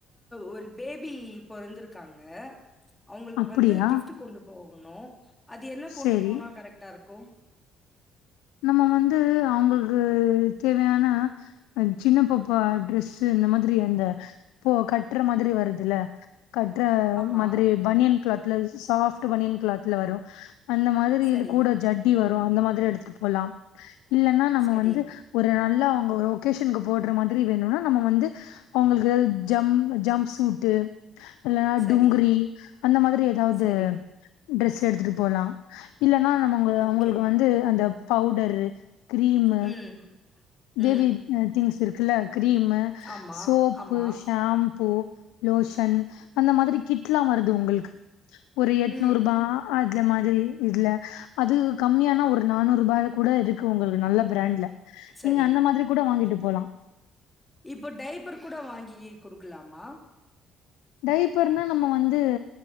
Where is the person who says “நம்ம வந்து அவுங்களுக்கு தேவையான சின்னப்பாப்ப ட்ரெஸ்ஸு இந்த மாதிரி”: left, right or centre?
Left